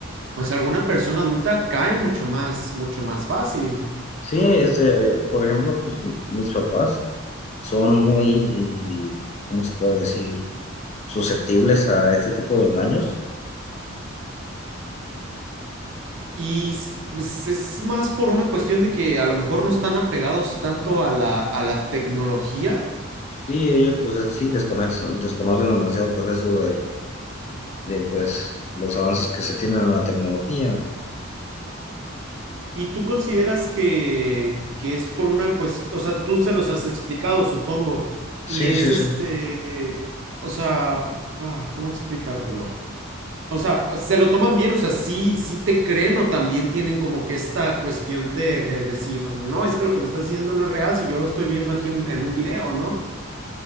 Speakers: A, on the right (about 65°); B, on the left (about 35°).
A: pues alguna persona adulta cae mucho más, mucho más fácil.
B: Sí, este, eh, por ejemplo, pues mis papás son muy, ¿cómo se puede decir? susceptibles a este tipo de engaños.
A: Y s- pues es más por una cuestión de que a lo mejor no están apegados tanto a la, a la tecnología.
B: Sí, ellos pues eh, sí desconocen, desconocen demasiado pues eso de, de pues los avances que se tienen en la tecnología.
A: ¿Y tú consideras que, que es por una cuestión, o sea, tú se los has explicado, supongo,
B: Sí,
A: y es
B: sí, sí.
A: este, o sea, ah, ¿cómo explicártelo? O sea, se lo toman bien, o sea, sí, sí te creen o también tienen como que esta cuestión de, de decir, no, es que lo que me estás diciendo no es real si yo lo estoy viendo aquí en, en un video, ¿no?